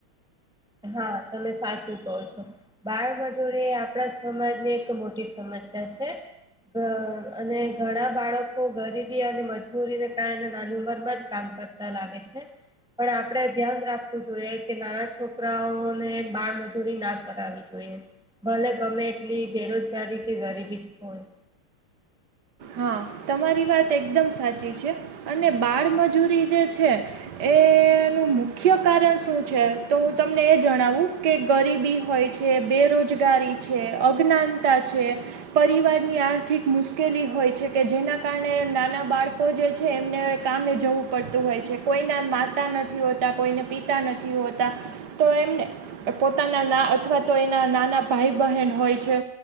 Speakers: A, in the centre; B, on the right.
A: હા તમે સાચું કહો છો. બાળ મજૂરી આપણા સમાજની એક મોટી સમસ્યા છે. અ અને ઘણા બાળકો ગરીબી અને મજબૂરીને કારણે નાની ઉંમર માં જ કામ કરતા લાગે છે પણ આપડે ધ્યાન રાખવું જોઈએ કે ના છોકરાઓને બાળમજૂરી ના કરાવવી જોઈએ. ભલે ગમે એટલી બેરોજગારી કે ગરીબી જ હોય.
B: હા તમારી વાત એકદમ સાચી છે, અને બાળમજૂરી જે છે. એનું મુખ્ય કારણ શું છે તો હું તમને એ જણાવું કે ગરીબી હોય છે, બેરોજગારી છે, અજ્ઞાનતા છે પરિવારની આર્થિક મુશ્કેલી હોય છે કે જેના કારણે નાના બાળકો જે છે, એમને કામે જવું પડતું હોય છે કોઈના માતા નથી હોતા, કોઈના પિતા નથી હોતા તો એમને પોતાના ના અથવા તો એના નાના ભાઈ બહેન હોય છે.